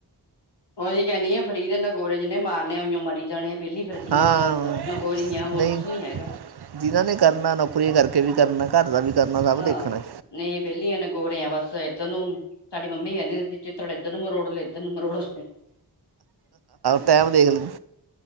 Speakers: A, on the left; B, on the right.
A: ਦੀ ਕਹਿੰਦੀ ਆ ਫਰੀ ਦੇ ਨਗੋਰੇ ਜਿੰਹਨੇ ਮਾਰਨ ਆ ਉਓ ਮਰੀ ਜਾਣੇ ਵਿਹਲੀ ਫਿਰਦੀਆਂ
B: ਹਾਂ
A: ਨੇ ਬਸ ਨਗੋਰੀਆਂ ਹੋਰ
B: ਨਹੀਂ
A: ਕੁਛ ਨੀ ਹੈਗਾ
B: ਜਿਹਨਾਂ ਨੇ ਕਰਨਾ ਨੌਕਰੀਆਂ ਕਰਕੇ ਵੀ ਕਰਨਾ ਘਰ ਦਾ ਵੀ ਕਰਨਾ ਸਭ ਦੇਖਣਾ
A: ਆਹ ਨਹੀਂ ਵਿਹਲੀਆਂ ਨੇ ਗੋਰਿਆ ਬਸ ਇਏਧਰ ਨੂੰ ਸਾਡੀ ਮੰਮੀ ਕਹਿੰਦੀ ਸੀ ਚਿੱਤੜ ਇੱਧਰ ਨੂੰ ਮਰੋੜ ਲਏ ਇਧਰ ਨੂੰ ਮਰੋੜ
B: ਟਾਈਮ ਦੇਖ ਲਈ